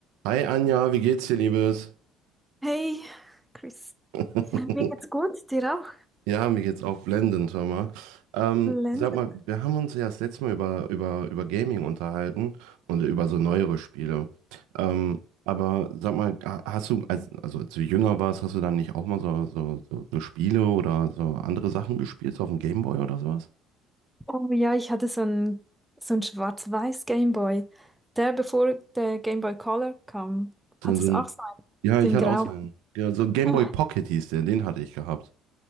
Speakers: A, on the right; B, in the centre.
A: Hi Anja, wie geht's dir, Liebes?
B: Hey, Chris.
A: <laughs>
B: Ja, Mir geht's gut, dir auch?
A: Ja, mir geht's auch blendend, hör mal. Ähm,
B: Lenzen.
A: sag mal, wir haben uns ja das letzte Mal über, über, über Gaming unterhalten und über so neuere Spiele. Ähm, aber sag mal, ha- hast du, als, also als du jünger warst, hast du dann nicht auch mal so, so, so, so Spiele oder so andere Sachen gespielt, so auf dem Gameboy oder sowas?
B: Oh ja, ich hatte so ein so ein schwarz-weiß Gameboy. Der, bevor der Gameboy Color kam, hat
A: So, so
B: es
A: ein,
B: auch so einen,
A: ja, ich
B: den
A: hatte
B: grau.
A: auch so einen, ja, so ein Gameboy
B: <laughs>
A: Pocket hieß der, den hatte ich gehabt.